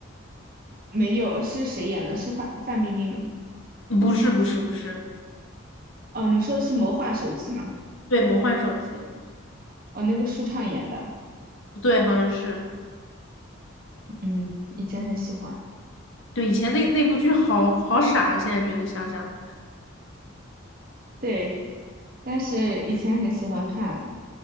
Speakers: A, on the right (about 45°); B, on the left (about 70°).
A: 没有，是谁演的？是范范冰冰吗？
B: 不是，不是，不是，
A: 哦，你说的是《魔幻手机》吗？
B: 对，《魔幻手机》，
A: 哦，那个舒畅演的，
B: 对，好像是，
A: 嗯，以前很喜欢，
B: 对，以前那那部剧好好傻，现在觉得想想，
A: 对，但是以前很喜欢看。